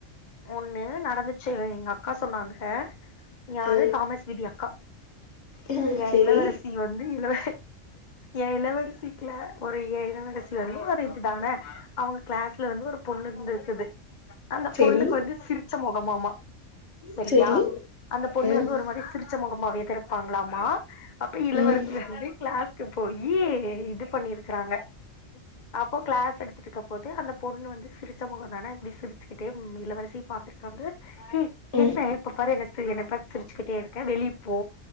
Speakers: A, on the left (about 35°); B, on the left (about 60°).
A: ஒண்ணு நடந்துச்சு எங்க அக் கா சொன்னாங்க யாரு
B: அ
A: தாமஸ் விதி அக்கா
B: அ
A: ஏன்
B: சேரி
A: இளவரசி வந்து இள ஏன் இளவரசிக்குல ஒரு ஏ இளவரசி வந்து ஒரு இதுதான அவுங்க கிளாஸ்ல வந்து ஒரு பொண்ணு இருந்துருக்குது அந்த
B: சேரி
A: பொண்ணுக்கு வந்து சிரி ச்ச முகமாமா சரியா?
B: சேரி
A: அந்த பொண்ணு
B: ம்
A: வந்து ஒரு மாரி சிரிச்ச மொக மாவாதே இருப்பாங்களாமா. அப்ப இளவரசி
B: ம்
A: வந்து கிளாஸ் க்கு போயி இது பண்ணிருக்கறாங்க. அப்போ கிளாஸ் எடுத்துட்ருக்கும்போது அந்த பொண்ணு வந்து சிரிச்ச மொகந்தானே அப்டியே சிரிச்சுக்கிட்டே இளவரசிய பாத்துருக்காங்க ஏய்
B: ம்
A: என்ன எப்ப பாரு என்ன சி என்ன பாத்து சிரிச்சுக்கிட்டே இருக்க வெளிய போ